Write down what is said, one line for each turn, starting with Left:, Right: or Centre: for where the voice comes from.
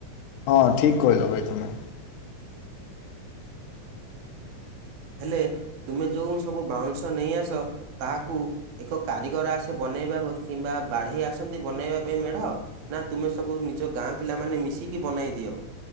Left: ହଁ ଠିକ୍ କହିଲ ଭାଇ ତୁମେ।
Right: ହେଲେ ତୁମେ ଯୋଉ ସବୁ ବାଉଁଶ ନେଇ ଆସ ତାହାକୁ। ଏକ କାରିଗର ଆସେ ବନେଇବା କିମ୍ବା ବାଢ଼େଇ ଆସନ୍ତି ବନେଇବା ପାଇଁ ମେଢ଼। ନା ତୁମେ ସବୁ ନିଜ ଗାଁ ପିଲାମାନେ ମିଶିକି ବନାଇ ଦିଅ।